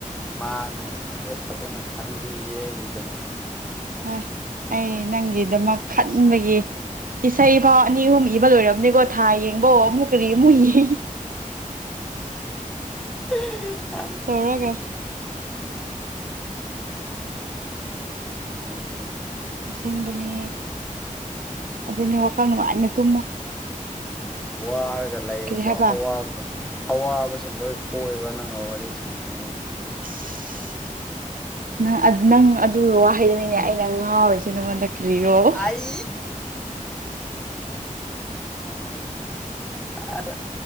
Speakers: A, in the centre; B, on the right.
A: ꯏꯃꯥꯅꯦ ꯑꯁ ꯅꯪꯁꯦ ꯐꯖꯅ ꯈꯟꯕꯤꯌꯦ ꯑꯩꯒꯤꯗꯃꯛꯇ
B: ꯍꯣꯏ ꯑꯩ ꯅꯪꯒꯤꯗꯃꯛ ꯈꯟꯕꯒꯤ ꯏꯁꯩꯐꯥꯎ ꯑꯅꯤ ꯑꯍꯨꯝ ꯏꯕ ꯂꯣꯏꯔꯕꯅꯦꯀꯣ ꯊꯥ ꯌꯦꯡꯕꯧ ꯑꯃꯨꯛ ꯀꯔꯤ ꯑꯃꯨ ꯌꯦꯡ
A: <inaudible>
B: ꯇꯧꯔꯒ
A: ꯂꯍꯦ
B: ꯑꯁꯦꯡꯕꯅꯦ ꯑꯗꯨꯏꯅꯦ ꯋꯥꯈꯜ ꯅꯨꯡꯥꯏꯅ ꯇꯨꯝꯃꯣ
A: ꯑꯗꯨ ꯋꯥꯔꯒ ꯂꯩꯕ
B: ꯀꯔꯤ ꯍꯥꯏꯕ
A: ꯑꯋꯥꯕꯅꯤ ꯑꯋꯥꯕꯁꯤꯡ ꯂꯣꯏ ꯀꯣꯛꯑꯕ ꯅꯪꯒ ꯋꯥꯔꯤ ꯁꯥꯟꯅꯔꯒꯦ
B: <inaudible> ꯅꯪ ꯅꯪ ꯑꯗꯨꯒꯤ ꯋꯥꯍꯩꯗꯨꯅꯤꯅꯦ ꯑꯩꯅ ꯉꯥꯎꯔꯤꯁꯦ ꯅꯉꯣꯟꯗ ꯀꯔꯤꯔꯣ
A: ꯑꯏ ꯑ